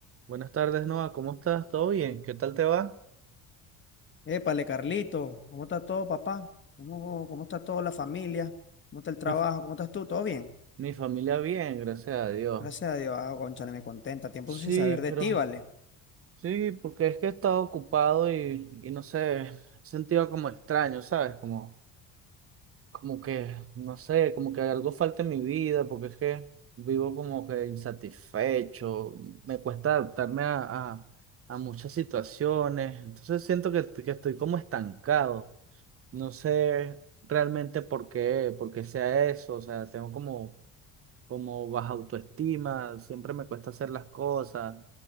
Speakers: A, on the right; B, on the left.
A: Buenas tardes, Noah. ¿Cómo estás? ¿Todo bien? ¿Qué tal te va?
B: Épale, Carlito, ¿cómo está todo, papá? ¿Cómo, cómo está toda la familia? ¿Cómo está el trabajo?
A: Mi, f-
B: ¿Cómo estás tú? ¿Todo bien?
A: mi familia bien, gracias a Dios.
B: Gracias a Dios. Ah, cónchale, me contenta. Tiempo
A: Sí,
B: sin saber de
A: pero
B: ti, ¿vale?
A: sí, porque es que he estado ocupado y, y no sé, he sentido como extraño, ¿sabes? Como, como que, no sé, como que algo falta en mi vida, porque es que vivo como que insatisfecho, me cuesta adaptarme a, a, a muchas situaciones, entonces siento que, que estoy como estancado. No sé realmente por qué, por qué sea eso, o sea, tengo como, como baja autoestima, siempre me cuesta hacer las cosas,